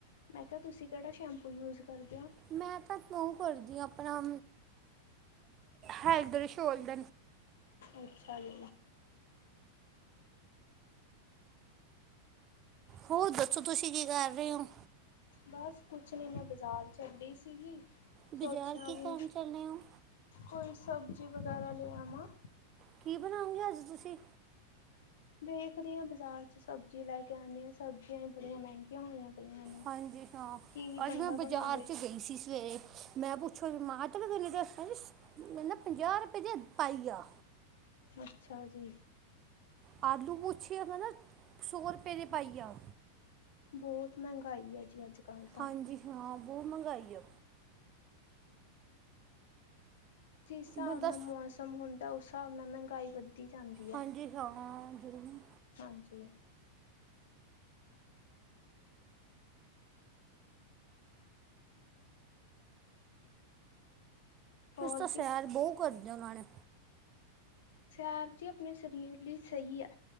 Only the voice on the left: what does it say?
ਮੈਂ ਕਿਹਾ ਤੁਸੀਂ ਜਿਹਾ ਸ਼ੈਂਪੂ ਯੂਜ ਕਰਦੇ ਹੋ
ਅੱਛਾ ਜੀ
ਬਸ ਕੁਛ ਨਹੀਂ ਮੈਂ ਬਾਜ਼ਾਰ ਚੱਲੀ ਸੀਗੀ
ਸੋਚਿਆ
ਵੀ
ਕੋਈ ਸਬਜ਼ੀ ਵਗੈਰਾ ਲੇ ਆਵਾ
ਦੇਖਦੇ ਹਾਂ ਬਾਜ਼ਾਰ ਚ ਸਬਜ਼ੀ ਲੈ ਕੇ ਆਉਂਦੇ ਹਾਂ ਸਬਜ਼ੀਆਂ ਹੀ ਬੜੀਆਂ ਮਹਿੰਗੀਆਂ ਹੋਈਆਂ ਪਈਆਂ ਨੇ
ਕੀ
ਬੰਦਾ
ਬਣਾਵੇ
ਅੱਛਾ ਜੀ
ਬਹੁਤ ਮਹਿੰਗਾਈ ਹੈ ਜੀ ਅੱਜ ਕੱਲ੍ਹ ਤਾਂ
ਜਿਸ ਹਿਸਾਬ
ਨਾਲ ਮੌਸਮ ਹੁੰਦਾ ਉਸ ਹਿਸਾਬ ਨਾਲ ਮਹਿੰਗਾਈ ਵੱਧਦੀ ਜਾਂਦੀ ਹੈ
ਹਾਂਜੀ। ਹੋਰ
ਜੀ
ਸੈਰ ਜੀ ਆਪਣੇ ਸਰੀਰ ਲਈ ਸਹੀ ਹੈ।